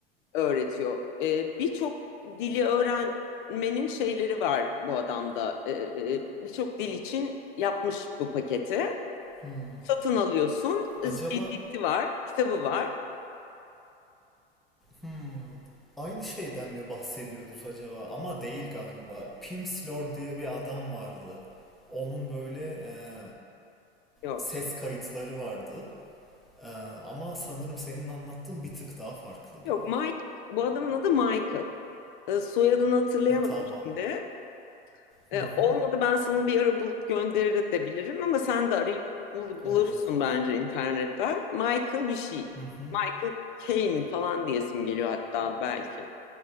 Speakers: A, on the left; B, in the centre.
A: öğretiyor. E, birçok dili öğrenmenin şeyleri var bu adamda. E, e, birçok dil için yapmış bu paketi.
B: Hmm.
A: Satın alıyorsun. E,
B: Acaba
A: CD'si var, kitabı var.
B: hmm. Aynı şeyden mi bahsediyoruz acaba? Ama değil galiba. Pimsleur diye bir adam vardı. Onun böyle e,
A: Yok.
B: ses kayıtları vardı. E, ama sanırım senin anlattığın bir tık daha farklı
A: Yok
B: gibi.
A: Mike bu adamın adı Michael. E, soyadını hatırlayamadım
B: Ha, tamam.
A: şimdi.
B: Hı
A: E,
B: hı.
A: olmadı ben sana bir ara bulup gönderir de bilirim ama sen de arayıp bul-
B: Olur.
A: bulursun bence internetten. Michael bir şey.
B: Hı hı.
A: Michael Caine falan diyesim geliyor hatta belki.